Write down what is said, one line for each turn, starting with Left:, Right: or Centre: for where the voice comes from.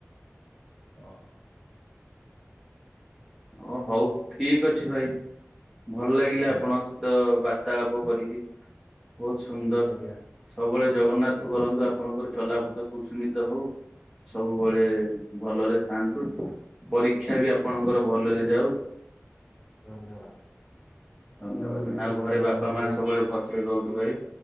Left: ହଁ
Centre: ଓ ହଉ ଠିକ ଅଛି ଭାଇ ଭଲ ଲାଗିଲା
Left: ଆ
Centre: ଆପଣଙ୍କ ସହିତ ବାର୍ତାଳାପ କରିକି ବହୁତ ସୁନ୍ଦର
Left: ଆଜ୍ଞା
Centre: ସବୁବେଳେ ଜଗନ୍ନାଥ କରନ୍ତୁ ଆପଣଙ୍କର ଚଲା ପଥ କୁସୁମିତ ହଉ। ସବୁବେଳେ ଭଲରେ ଥାଆନ୍ତୁ ପରୀକ୍ଷା ବି ଆପଣଙ୍କର ଭଲରେ ଯାଉ
Left: ଧନ୍ୟବାଦ
Centre: ଧନ୍ୟବାଦ
Left: ଆପଣଙ୍କର ବି
Centre: ଆଉ
Left: ସବୁ
Centre: ଘରେ
Left: ମଙ୍ଗଳ
Centre: ବାପା
Left: ହଉ
Centre: ମା
Left: ଭାଇ।
Centre: ସବୁବେଳେ ଭଲ କୁହନ୍ତୁ ଭାଇ